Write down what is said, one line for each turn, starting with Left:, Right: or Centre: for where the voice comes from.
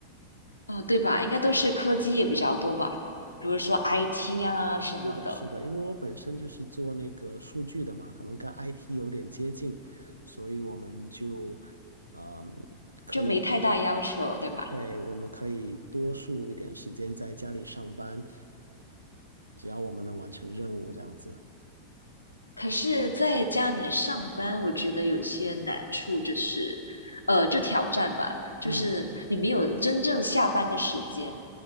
Left: 啊、对吧？应该都是科技业比较多吧，比如说 IT 啊什么的，
Right: 是的，是的，因为我本身就是做那个数据的嘛，可能跟 IT 有点接近，所以我们就，嗯，可以，
Left: 就没太大要求，对吧？
Right: 对，我们可以多数一点时间在家里上班，只要我们能完成任务这样子。
Left: 可是在家里上班，我觉得有些难处，就是，呃，就挑战吧，就是你没有真正下班的时间。
Right: 嗯。